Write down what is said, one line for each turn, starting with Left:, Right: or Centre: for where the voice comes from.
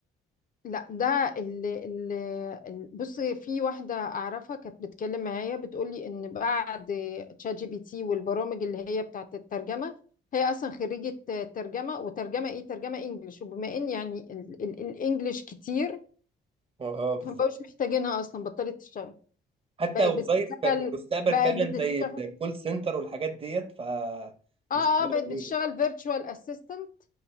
Left: لا ده اللي اللي بص في واحدة أعرفها كانت بتتكلم معايا بتقولي إن بعد تشات جي بي تي والبرامج اللي هي بتاعت الترجمة هي أصلا خريجة ترجمة وترجمة إيه ترجمة إنجليش وبما إن يعني ال- ال- الإنجليش كتير
Right: اه بالظبط
Left: فمبقوش محتاجينها أصلا بطلت تشتغل
Right: حتى
Left: بقت
Right: وظايف
Left: بتشتغل
Right: في المستقبل
Left: بقت
Right: فعلا
Left: بتشتغل
Right: زي الكول سنتر والحاجات ديت ف
Left: اه
Right: مش هتبقى
Left: اه بقت بتشتغل
Right: موجودة
Left: فيرتشوال اسيستنت